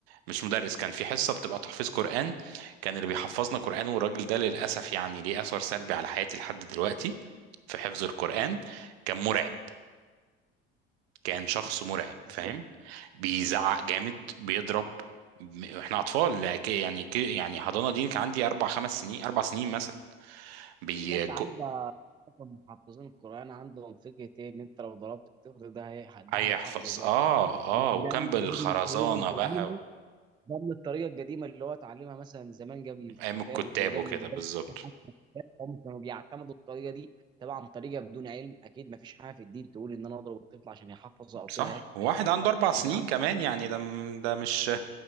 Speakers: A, on the right; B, on the right.
A: مش مدرس كان في حصة بتبقى تحفيظ قرآن كان اللي بيحفظنا قرآن والراجل ده للأسف يعني ليه أثر سلبي على حياتي لحد دلوقتي في حفظ القرآن كان مرعب كان شخص مرعب
B: ازاي
A: فاهم بيزعق جامد بيضرب م- احنا اطفال لك- يعني ك- يعني حضانه دي كان عندي اربع خمس سنين اربع سنين مثلا بي
B: في ناس
A: ك-
B: عندها اصلا محفظين القران عندهم فكره ايه ان انت لو ضربت الطفل ده هي... ده
A: هيحفظ
B: هيحفظ
A: اه
B: اكتر
A: اه
B: ده ده
A: وكان بالخرزانه
B: ده من الطريقه القديمه
A: بقى
B: ده من الطريقه القديمه اللي هو اتعلمها مثلا زمان قبل الكتاب
A: ايام الكتاب
B: قبل
A: وكده
B: المدرسه
A: بالظبط
B: هم كانوا بيعتمدوا الطريقه دي طبعا طريقه بدون علم اكيد ما فيش حاجه في الدين تقول ان انا اضرب الطفل عشان يحفظه او
A: صح
B: كده هي-
A: وواحد
B: هيحفظ
A: عنده
B: غلط.
A: اربع سنين
B: لا بالعكس
A: كمان يعني ده م- ده مش